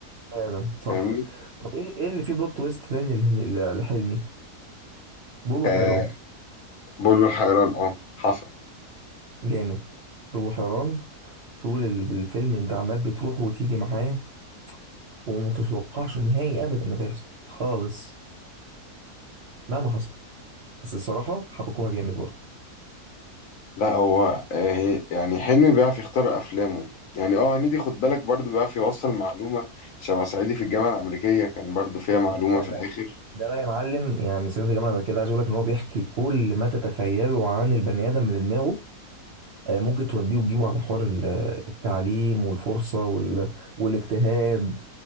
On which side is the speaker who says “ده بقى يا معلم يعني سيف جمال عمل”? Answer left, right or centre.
Right